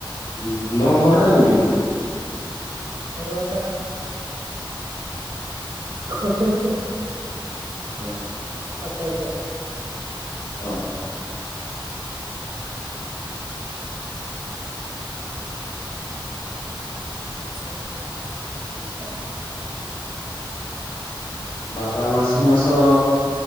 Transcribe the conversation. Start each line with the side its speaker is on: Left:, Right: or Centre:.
Left: ହୁଁ ତମ ଘର ଟା କୋଉଠି ପୁଣି?
Right: ପରେ ଏଟା ହଉଛି
Left: ହଁ।
Right: ଅଟାକ୍ କର।
Left: ହଁ ହଁ।
Right: ଠିକ ଠାକ୍
Left: ବାପା ମାସକୁ ମାସ